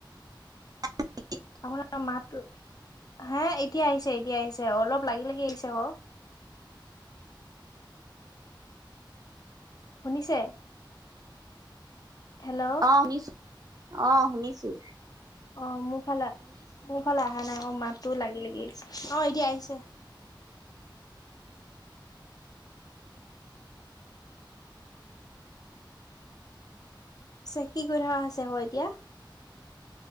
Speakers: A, on the right; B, on the left.
A: <unintelligible>
B: আপোনাৰ মাতটো, হে এতিয়া আহিছে এতিয়া আহিছে অলপ লাগি লাগি আহিছে হ'। শুনিছে হেল্ল'
A: অ' শুনিছ, অ' শুনিছোঁ।
B: অ' মোৰ ফালে মোৰ ফালে অহা নাই অ' মাতটো লাগি লাগি আহিছে অ' এতিয়া আহিছে। পিছে কি কৰি কথা হৈছে আৰু এতিয়া?